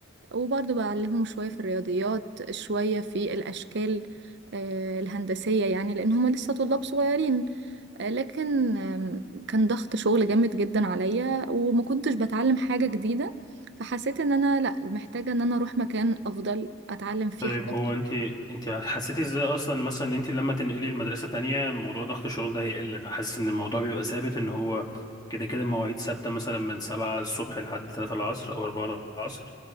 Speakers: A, on the right (about 60°); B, on the left (about 20°).
A: وبرضه بعلمهم شوية في الرياضيات شوية في الاشكال آه، الهندسية يعني لان هما لسه طلاب صغيرين آه، لكن آم، كان ضغط شغل جامد جدا عليا وما كنتش بتعلم حاجة جديدة فحسيت ان انا لا محتاجة ان انا اروح مكان افضل اتعلم فيه
B: طيب
A: حاجات
B: هو انت انت حسيتي ازاي اصلا مثلا ان انت لما تنقلي المدرسه تانية موضوع ضغط الشغل ده هيقل انا حاسس ان الموضوع بيبقى ثابت ان هو كده كده مواعيد ثابته مثلا من 7 الصبح لحد 3 العصر او 4 العصر